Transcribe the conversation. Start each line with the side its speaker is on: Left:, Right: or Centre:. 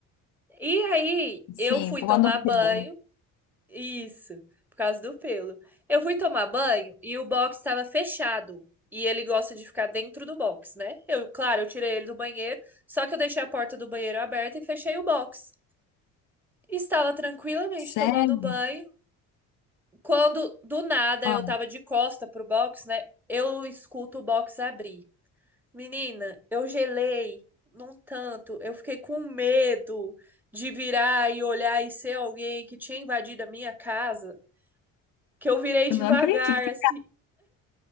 Centre: E aí
Left: Sim,
Centre: eu fui
Left: quando
Centre: tomar banho.
Left: pelo.
Centre: Isso, por causa do pelo. Eu fui tomar banho e o box estava fechado. E ele gosta de ficar dentro do box, né? Eu, claro, eu tirei ele do banheiro, só que eu deixei a porta do banheiro aberta e fechei o box. Estava tranquilamente
Left: Sério?
Centre: tomando banho, quando do nada
Left: Ah,
Centre: eu tava de costa pro box, né? Eu escuto o box abrir. Menina, eu gelei num tanto, eu fiquei com medo de virar e olhar e ser alguém que tinha invadido a minha casa. que eu virei devagar,
Left: eu não acredito que
Centre: assim.